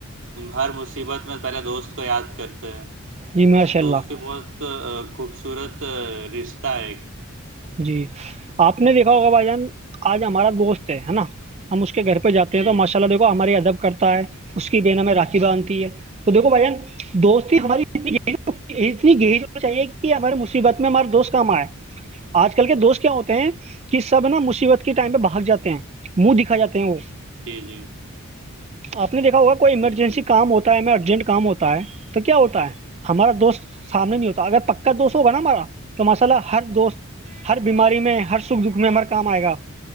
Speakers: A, on the right (about 60°); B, on the right (about 30°).
A: ہر مصیبت میں پہلے دوست کو یاد کرتے ہیں
B: جی
A: تو
B: ماشاء
A: یہ
B: اللہ
A: دوست بہت خوبصورت رستاہ ہے
B: جی آپ نے دیکھا ہوگا بھائی جان آج ہمارا دوست ہے ہے نا ہم اس کے گھر پہ جاتے
A: جی
B: ہیں تو ماشاء اللہ دیکھو ہماری ادب کرتا ہے اس کی ب ن ہم میں راکھی باندتی ہے تو دیکو بھیا
A: جی
B: دو سو ہماری اتنی گہریج چاہیے کہ ہمارے مصیبت میں ہمارے دوست کام آئے آج کل کے دوست کیا ہوتے
A: جی
B: ہیں کہ سب نا مصیبت کے ٹائم پہ بھاگ جاتے ہیں منہ دکھا جاتے ہیں وہ
A: جی جی
B: آپ نے دیکھا
A: جی
B: ہوگا کوئی
A: جی
B: ایمرجنسی
A: جی
B: کام ہوتا ہے میں ارجنٹ کام ہوتا ہے تو کیا ہوتا ہے ہمارا دوست سامنے نہیں ہوتا اگر پکا دوست ہوگا نا ہمارا تو ماساءلہ ہر دوست
A: جی
B: ہر بیماری میں ہر سکھ دکھ میں ہر کام آئے گا آپ